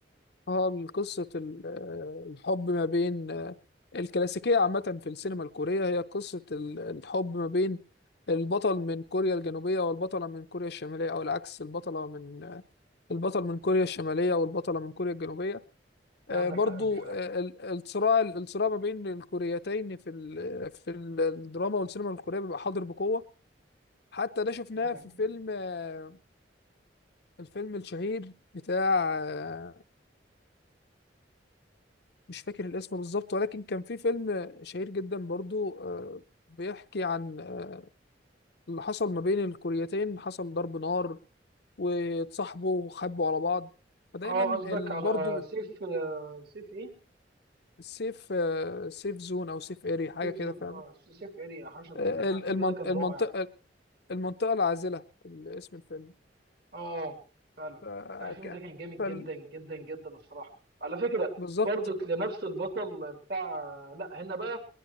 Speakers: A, on the left (about 60°); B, on the right (about 60°).
A: اه قصة ال- آه، الحب ما بين آه، الكلاسيكية عامة في السينما الكورية هي قصة ال- الحب ما بين البطل من كوريا الجنوبية والبطلة من كوريا الشمالية أو العكس البطلة من آه، البطل من كوريا الشمالية والبطلة من كوريا الجنوبية
B: لا،
A: آه،
B: عندك
A: برضو
B: حق دي فعلا
A: آه، ال- الصراع الصراع ما بين الكوريتين في ال- في ال- الدراما والسينما الكورية بيبقى حاضر بقوة حتى ده شفناه
B: اه
A: في فيلم آه، الفيلم الشهير بتاع آه، مش فاكر الاسم بالظبط ولكن كان في فيلم شهير جدا برضو آه، بيحكي عن آه، اللي حصل ما بين الكوريتين حصل ضرب نار واتصاحبوا وخبوا على بعض فدايما
B: آه، قصدك
A: ال-
B: على
A: برضو
B: سيف آه، سيف ايه؟
A: السيف آه، سيف زون او سيف اري حاجه
B: سيف
A: كده
B: زون
A: فعلا
B: اه سيف اريا حشر
A: آه،
B: كده لا
A: ال-
B: الفيلم
A: المن-
B: ده كان
A: المنطقه
B: رائع
A: المنطقه العازله ال- اسم الفيلم
B: اه فعلا
A: ف-
B: لا الفيلم
A: ك-
B: ده كان جامد
A: فال-
B: جدا جدا جدا الصراحه على فكره
A: بالظبط
B: برضك لنفس البطل بتاع لا هنا بقى